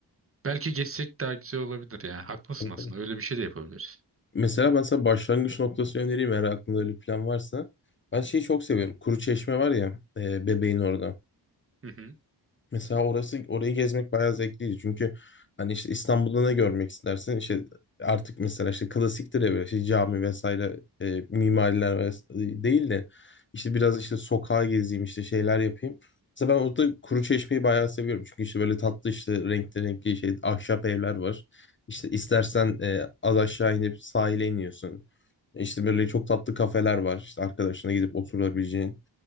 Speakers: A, on the right; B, on the left.
A: belki gezsek daha güzel olabilir yani haklısın
B: Tabii
A: aslında
B: tabii.
A: öyle bir şey de yapabiliriz.
B: Mesela ben sana başlangıç noktası önereyim eğer aklında öyle bir plan varsa. Ben şeyi çok seviyorum. Kuru Çeşme var ya e, Bebeğin orada.
A: Hı hı,
B: Mesela orası orayı gezmek bayağı zevkliydi. Çünkü hani işte İstanbul'da ne görmek istersin? İşte artık mesela işte klasiktir ya böyle işte cami vesaire e, mimariler ves- değil de işte biraz işte sokağa gezeyim işte şeyler yapayım. Mesela ben orada Kuruçeşme'yi bayağı seviyorum. Çünkü işte böyle tatlı işte renkli renkli şey ahşap evler var. İşte istersen e, az aşağı inip sahile iniyorsun. İşte böyle çok tatlı kafeler var. İşte arkadaşına gidip oturabileceğin.